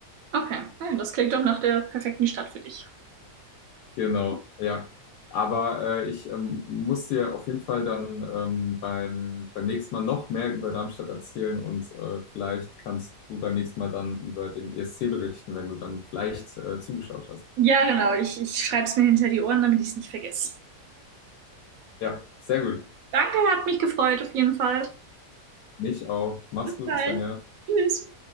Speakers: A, on the right; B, on the left.
A: Okay, Nein, das klingt doch nach der perfekten Stadt für dich.
B: Genau, ja. Aber äh, ich ähm, muss dir auf jeden Fall dann ähm, beim, beim nächsten Mal noch mehr über Darmstadt erzählen und äh, vielleicht kannst du beim nächsten Mal dann über den ESC berichten, wenn du dann vielleicht äh, zugeschaut hast.
A: Ja, genau. Ich, ich schreibe es mir hinter die Ohren, damit ich es nicht vergesse.
B: Ja, sehr gut.
A: Danke, hat mich gefreut auf jeden Fall.
B: Mich auch. Mach's
A: Bis
B: gut,
A: bald.
B: Svenja.
A: Tschüss.